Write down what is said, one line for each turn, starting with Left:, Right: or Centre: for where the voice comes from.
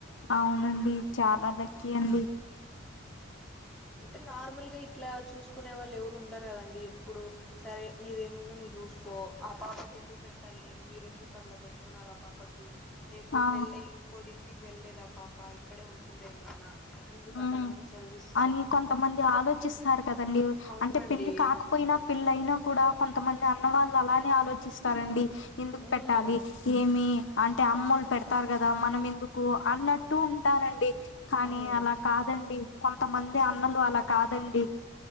Left: అవును అండి చాలా లక్కి అండీ
Centre: అంటే నార్మల్ గా ఇట్లా చూసుకునే వాళ్ళు ఎవరు ఉండరు గదా అండీ ఇప్పుడు సరే నీదేమ్ ఉందొ నువ్వు చూసుకో ఆ పాపకి ఎందుకు పెట్టాల్ నేను మీరె ఎందుకు అల్ల బెడుతున్నారు ఆ పాపకి రేపు
Left: ఆ
Centre: పెళ్లయ్యి కోడి ఇంటికి వెళ్లేదా ఆ పాప ఇక్కడే ఉంటుంద ఎమన్నా ఎందుకు అంతగానం
Left: మ్మ్
Centre: చదివిస్
Left: అని కొంతమంది ఆలోచిస్తారు కదా అండీ
Centre: అవునండి
Left: అంటే పెళ్లి కాక పోయినా పిల్లయినా కూడా కొంతమంది అన్న వాళ్ళు అలానే ఆలోచిస్తారు అండీ ఎందుకు
Centre: హ్మ్.
Left: పట్టాలి ఏమి అంటే అమ్మోల్ పెడతారు గదా మనం ఎందుకు అన్నట్టు ఉంటార్ అండీ కానీ
Centre: హ్మ్.
Left: అలా కాదండి కొంతమంది అన్నలు అలా కాదండి